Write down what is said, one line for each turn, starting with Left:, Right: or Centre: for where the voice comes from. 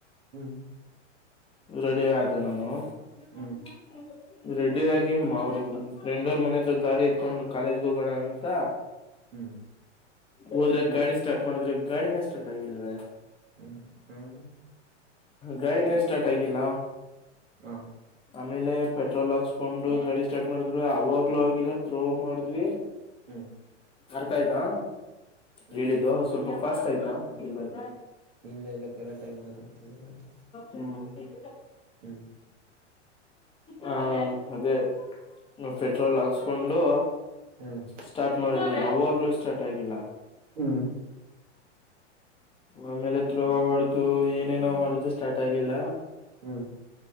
Right: ಹ್ಮ್
Left: ರೆಡಿ ಆದ ನನು <unintelligible>
Right: ಹ್ಮ್
Left: ರೆಡಿ ಆಗಿ ಅವ್ರ ಫ್ರೆಂಡ್ ಅವ್ರ ಮನತ್ರ ಗಾಡಿ ಎತ್ಕೊಂಡು ಕಾಲೇಜ್ಗೆ ಹೋಗೋಣ ಅಂತ
Right: ಹ್ಮ್
Left: ಹೋದ್ರೆ ಗಾಡಿ ಸ್ಟಾರ್ಟ್ ಮಾಡಿದ್ರೆ ಗಾಡಿನೇ ಸ್ಟಾರ್ಟ್ ಆಗಿಲ್ವ
Right: ಹ್ಮ್ ಹ
Left: ಗಾಡಿನೇನ್ ಸ್ಟಾರ್ಟ್ ಆಗಿಲ್ಲ
Right: ಹಾ
Left: ಆಮೇಲೆ ಪೆಟ್ರೋಲ್ ಹಾಕ್ಸ್ಕೊಂಡು ಗಾಡಿ ಸ್ಟಾರ್ಟ್ ಮಾಡಿದ್ರು ಅವಾಗ್ಲೂ ಆಗಲ್ಲ ತ್ರ್ರೋ ಮಾಡಿದ್ವಿ
Right: ಹ್ಮ್
Left: ಅರ್ಥ ಆಯ್ತಾ
Right: ಹ್ಮ್
Left: ಹೇಳಿದ್ದು ಸ್ವಲ್ಪ ಫಾಸ್ಟ್ ಆಯ್ತಾ ಇಲ್ಲ
Right: ಈಗ್ಲೇ ಎಲ್ಲ ಕರೆಕ್ಟ್ ಆಗಿ ಮಾತಾಡ್ತಾ ಇದ್ರ ಆತ.
Left: ಹ್ಮ <inaudible>
Right: ಹ್ಮ್
Left: ಹ ಅದೇ ಪೆಟ್ರೋಲ್ ಹಾಕ್ಸ್ಕೊಂಡು
Right: ಹ್ಮ್
Left: ಸ್ಟಾರ್ಟ್ ಮಾಡಿದ್ರಿ ಅವಾಗ್ಲೂ ಸ್ಟಾರ್ಟ್ ಆಗಿಲ್ಲ
Right: ಹ್ಮ್
Left: ಆಮೇಲೆ ತ್ರೋ ಹೊಡ್ದು ಏನೇನ ಮಾಡಿದ್ರೆ ಸ್ಟಾರ್ಟ್ ಆಗಿಲ್ಲ
Right: ಹ್ಮ್